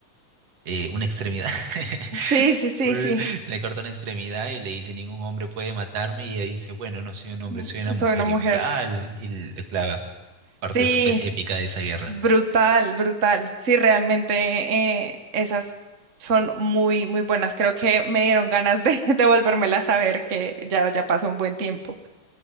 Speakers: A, on the right (about 60°); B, on the right (about 40°).
A: eh, una extremidad. <laughs>
B: Sí, sí, sí,
A: Eh,
B: sí.
A: Le corta una extremidad y le dice, ningún hombre puede matarme. Y ella dice, bueno, no soy un hombre,
B: Mm,
A: soy una
B: Soy
A: mujer.
B: una mujer.
A: Y, bla y le clava parte
B: Sí,
A: súper épica de esa guerra.
B: brutal, brutal. Sí, realmente eh, esas son muy, muy buenas. Creo que me dieron ganas de, <laughs> de volvérmelas a ver, que ya, ya pasó un buen tiempo.